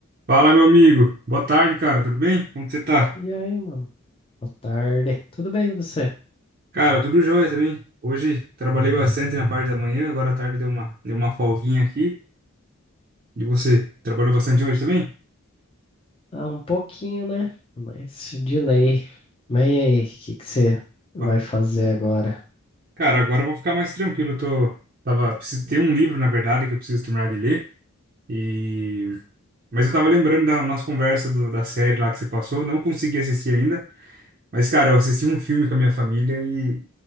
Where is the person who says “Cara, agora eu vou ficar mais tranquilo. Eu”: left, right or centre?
Right